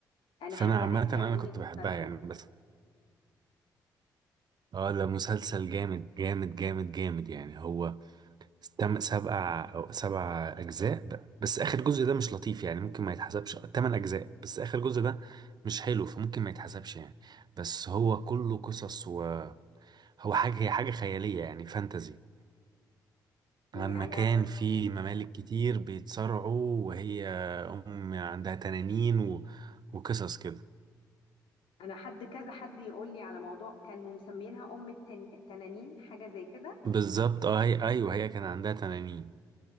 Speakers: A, on the left; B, on the right.
A: انا
B: فانا
A: حد قال
B: عامه
A: لي
B: انا
A: عليه
B: كنت
A: المسلسل
B: بحبها يعني
A: ده
B: بس اه ده مسلسل جامد جامد جامد جامد يعني هو تم سبع او سبع اجزاء ب- بس اخر جزء ده مش لطيف يعني ممكن ما يتحسبش تمن اجزاء بس اخر جزء ده مش حلو فممكن ما يتحسبش يعني بس هو كله قصص وهو حاجه هي حاجه خياليه يعني فانتزي عن
A: آه،
B: مكان
A: انا
B: فيه ممالك كتير بيتصارعوا وهي أم عندها تنانين و... وقصص كده
A: انا حد كذا حد يقول لي على موضوع كانوا مسمينها ام التن... التنانين حاجة زي كده
B: بالظبط اه هي أيوه هي كان عندها تنانين